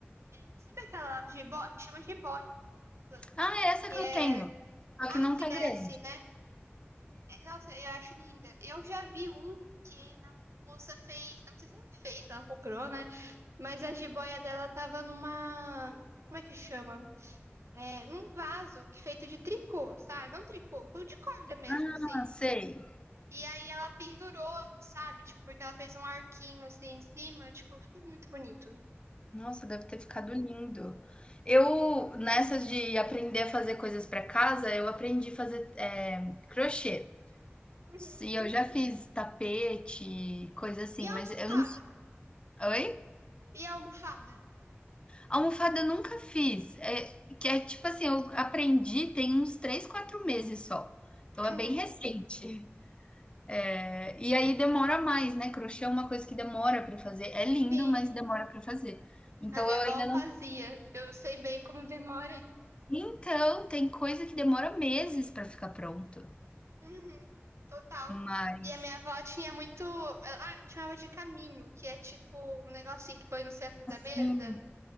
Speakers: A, on the right (about 80°); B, on the left (about 25°).
A: É, sabe aquela jiboia? Chama jiboia a planta.
B: Ah, é essa
A: Que
B: que
A: é.
B: eu tenho, só
A: Ah,
B: que não
A: que
B: tá
A: desce,
B: grande.
A: né? É, Nossa, eu acho linda. Eu já vi um que a moça fez. eu Não sei se ela fez, se ela comprou, né? Mas a jiboia dela tava numa. Como é que chama? é, num vaso que feito de tricô, sabe? Não tricô, co- de corda mesmo,
B: Ah,
A: assim.
B: sei.
A: E aí ela pendurou, sabe? Tipo, porque ela fez um arquinho assim em cima, tipo, ficou muito bonito.
B: Nossa, deve ter ficado lindo. Eu, nessas de aprender a fazer coisas para casa, eu aprendi a fazer eh, crochê.
A: Uhum.
B: E eu já fiz tapete, coisa assim,
A: E a
B: mas
A: almofada?
B: eu não. Oi?
A: E a almofada?
B: Almofada eu nunca fiz. É, que é tipo assim, eu aprendi tem uns 3, 4 meses só. Então é
A: Uhum.
B: bem recente. É, E aí demora mais, né? Crochê é uma coisa que demora para fazer. É lindo,
A: Sim,
B: mas demora para fazer. Então
A: a minha
B: eu
A: avó
B: ainda não
A: fazia. Eu sei bem como demora.
B: Então, tem coisa que demora meses para ficar pronto,
A: Uhum. Total.
B: mas
A: E a minha avó tinha muito. Ah, ela chamava de caminho, que é tipo um negocinho que põe no centro da mesa.
B: sim,